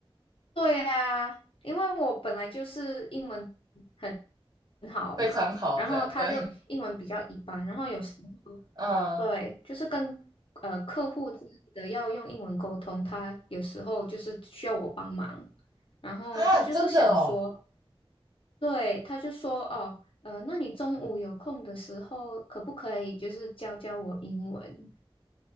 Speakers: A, on the left; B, on the right.
A: 对呀、因为我本来就是英文很很好嘛，
B: 非常好的，
A: 然后他就英文比较一般，
B: 对，
A: 然后有时候
B: 嗯
A: 对，就是跟呃客户之类的要用英文沟通，他有时候就是需要我帮忙，然后他就是想说。
B: 啊，真的哦。
A: 对，他就说哦，呃，那你中午有空的时候，可不可以就是教教我英文？